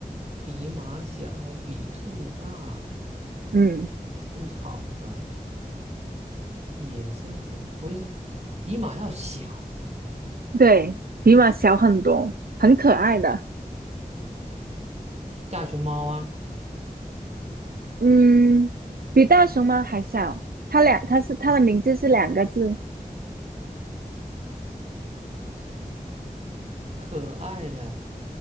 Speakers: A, on the right; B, on the right.
A: 比马小，比兔大，
B: 嗯，
A: 又是食草的。野生环境不会是比马要小，
B: 对，比马小很多，很可爱的。
A: 大熊猫啊，
B: 嗯，比大熊猫还小。它两，它是它的名字是两个字。
A: 可爱的，